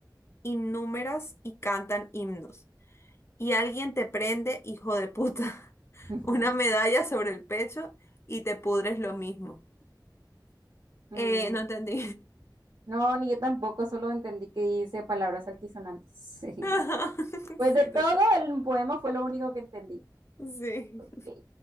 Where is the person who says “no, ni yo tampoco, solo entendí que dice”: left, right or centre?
Right